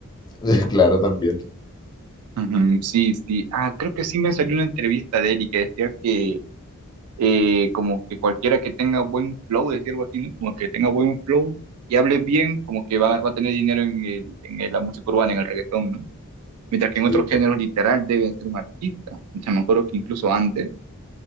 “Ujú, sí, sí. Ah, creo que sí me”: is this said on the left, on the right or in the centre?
Right